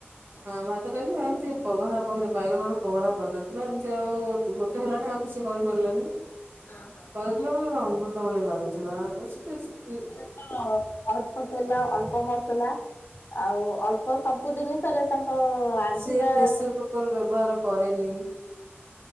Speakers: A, on the right (about 65°); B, on the left (about 55°).
A: ହଁ ଭାତ ଡାଲି ଆ ଏମିତି ପଘରା ପଘରି ବାଇଗଣ ପଘରା କରିଦେଇଥିଲା। ଏମିତି ଆଉ ଗୋଟେ ହେଲାଣି ଆଉ କିଛି କରିପାରିଲାନି।
B: ହଁ ହଁ।
A: <unintelligible> ଅମୃତ ଭଳିଆ ଲାଗୁଥିଲା <unintelligible>
B: ଅଳ୍ପ ତେଲ, ଅଳ୍ପ ମସଲା ଆଉ ଅଳ୍ପ ସବୁ ଜିନିଷରେ ତାଙ୍କ ରାନ୍ଧିବା
A: ସେ ପେସର କୁକର ବ୍ୟବହାର କରେନି।